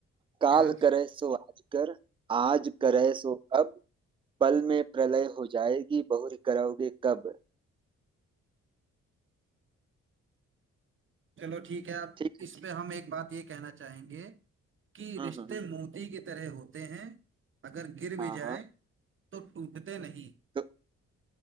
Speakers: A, on the right; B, on the right.
A: काल
B: क्या
A: करे सो आज कर आज करे सो अब पल में प्रलय हो जाएगी बहुरी करोगे कब
B: चलो ठीक है अब
A: ठीक है
B: इसमें हम एक बात ये कहना चाहेंगे कि रिश्ते
A: हम्म हम्म हम्म।
B: मोती की तरह होते हैं अगर गिर भी
A: हाँ
B: जाए
A: हाँ
B: तो टूटते नहीं
A: तो